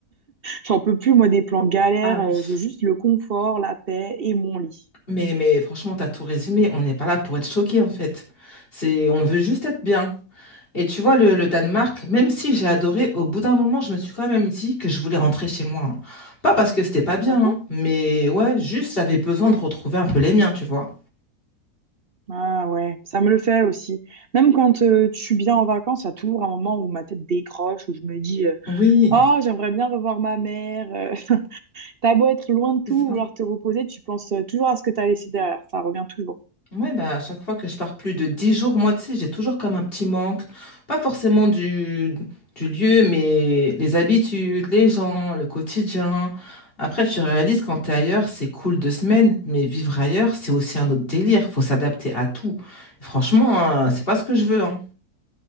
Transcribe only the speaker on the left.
Ah
oui.
Mais, mais franchement, t'as tout résumé. On n'est pas là pour être choqué, en fait. C'est, on veut juste être bien. Et tu vois, le, le Danemark, même si j'ai adoré, au bout d'un moment, je me suis quand même dit que je voulais rentrer chez moi. hein. Pas parce que c'était pas bien,
hein, mais ouais, juste j'avais besoin de retrouver un peu les miens, tu vois.
Oui,
c'est ça.
Ouais, bah, à chaque fois que je pars plus de 10 jours, moi, tu sais, j'ai toujours comme un petit manque. Pas forcément du, du lieu, mais les habitudes, les gens, le quotidien. Après, tu réalises quand t'es ailleurs, c'est cool deux semaines, mais vivre ailleurs, c'est aussi un autre délire. Faut s'adapter à tout. Franchement, hein, c'est pas ce que je veux, hein.